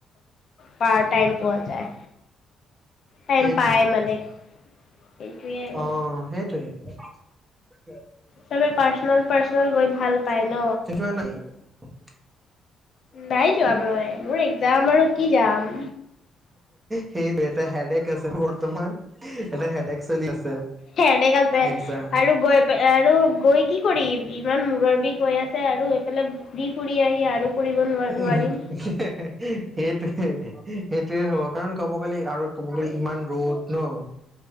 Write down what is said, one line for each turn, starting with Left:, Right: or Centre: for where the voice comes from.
Left: পাৰ টাইম পোৱা যায়? টাইম
Right: সেইটোৱে,
Left: পায় মানে সেইটোৱে আৰু।
Right: অহ সেইটোৱে। <unintelligible>
Left: চবে পাৰ্চনল-পাৰ্চনল গৈ ভাল
Right: <unintelligible>
Left: পায় ন।
Right: <unintelligible>
Left: নাই যোৱা মই। মোৰ একজাম আৰু কি যাম?
Right: সেইটো এটা হেডেক আছে বৰ্তমান, এটা হেডএক চলি আছে।
Left: হেদেক আছে
Right: একজাম।
Left: আৰু গৈ আৰু গৈ কি কৰিম? ইমান মূৰৰ বিষ হৈ আছে আৰু এইফালে ঘূৰি ফুৰি আহি আৰু পঢ়িব নোৱাৰ
Right: উ,
Left: নোৱাৰিম
Right: সেইটোৱে, সেইটোয়ে হ'ব। কাৰণ কব গ'লে আৰু কব গ'লে ইমান ৰ'দ ন? উ,